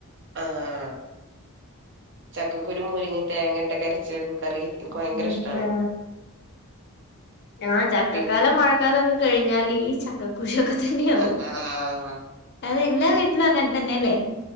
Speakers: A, on the right; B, on the left.
A: ആഹ ചക്കക്കുരു മുരിങ്ങി തേങ്ങട്ടര ചെമ്പിൻ കറി എനിക്ക്
B: ഉ
A: ഭയങ്കര
B: ഉം
A: ഇഷ്ടാണ്
B: ആ ആ ചക്കക്കാലമായ
A: പിന്നെ
B: മഴക്കാലൊക്കെഴിഞ്ഞാ ഈ ക്കുശിയൊക്കെ തന്നെയാവവും
A: ആഹ്
B: അതെല്ലാ വീട്ടിലും അങ്ങനെ തന്നെയല്ലേ